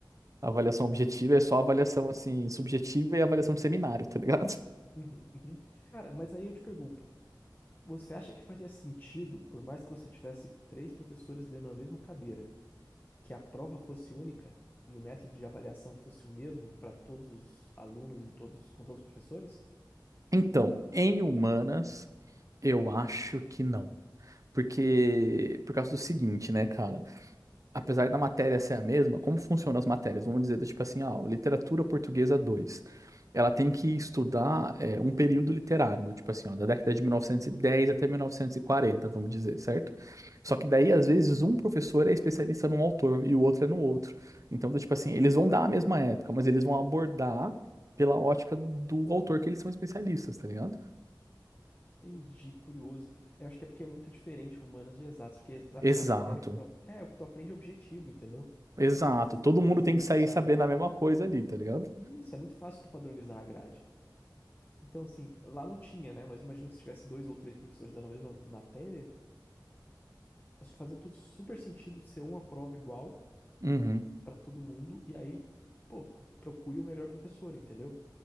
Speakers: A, on the right; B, on the left.
A: avaliação objetiva, é só avaliação, assim, subjetiva e avaliação de seminário, tá ligado? <laughs>
B: Uhum, uhum. Cara, mas aí eu te pergunto, você acha que faria sentido, por mais que você tivesse três professores dentro da mesma cadeira? que a prova fosse única e o método de avaliação fosse o mesmo para todos os alunos em todos, com todos os professores?
A: Então, em humanas, eu acho que não. Porque, por causa do seguinte, né, cara? apesar da matéria ser a mesma, como funcionam as matérias? Vamos dizer, do tipo assim, ah, literatura portuguesa 2, Ela tem que estudar é, um período literário, do tipo assim, ó, da década de 1910 até 1940, vamos dizer, certo? Só
B: Uhum.
A: que daí, às vezes, um professor é especialista num autor e o outro é no outro. Então, do tipo assim, eles vão dar a mesma época, mas eles vão abordar pela ótica do autor que eles são especialistas, tá ligado?
B: Entendi, curioso. Eu acho que é porque é muito diferente humanas de exatas, porque exatas
A: Exato,
B: é a matéria que tu, é, o que tu aprende é objetivo, entendeu?
A: exato.
B: Ou você sabe
A: Todo
B: fazer
A: mundo tem
B: ou você
A: que sair
B: não sabe.
A: sabendo a mesma coisa ali, tá ligado?
B: E Isso, é muito fácil tu padronizar a grade. Então, assim, lá não tinha, né? Mas eu imagino que se tivesse dois ou três professores dando a mesma matéria, fazia tudo super sentido ser uma prova igual
A: Uhum.
B: pra todo mundo, e aí, pô, procure o melhor professor, entendeu?